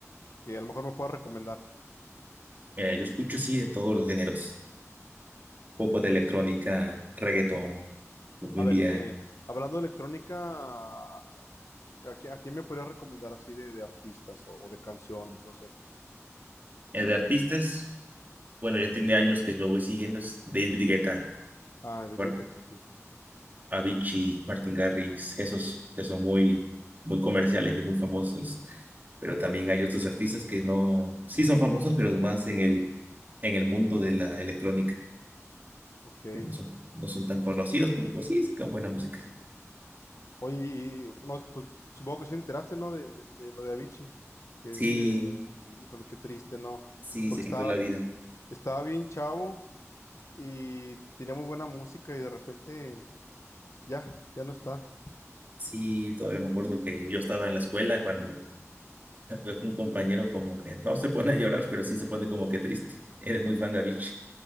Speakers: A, on the left; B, on the right.
A: que a lo mejor me puedas recomendar?
B: Mira, yo escucho sí de todos los géneros. poco de electrónica, reggaetón, cumbia.
A: A ver, eh, hablando de electrónica, ¿a, qui- a quién me podría recomendar así de, de artistas o, o de canciones? No sé.
B: Eh, de artistas, bueno, ya tiene años que lo voy siguiendo, es David Guetta,
A: Ah, de
B: Mar-
A: Guetta, sí.
B: Avicii, Martin Garrix, esos que son muy, muy comerciales y muy famosos, pero también hay otros artistas que no, sí son famosos, pero más en el, en el mundo de la electrónica,
A: Ok.
B: que no son, no son tan conocidos, pero pues sí, sacan buena música.
A: Oye, y, no, pues supongo que sí enteraste, ¿no? De, de- de lo de Avicii. Que
B: Sí,
A: se... Híjole, qué triste, ¿no?
B: sí,
A: Porque
B: se
A: estaba,
B: quitó la vida.
A: estaba bien chavo y tenía muy buena música y de repente ya, ya no está.
B: Sí, todavía me acuerdo que yo estaba en la escuela cuando <laughs> veo que un compañero como que no se pone a llorar, pero sí se pone como que triste. Eres muy fan de Avicii.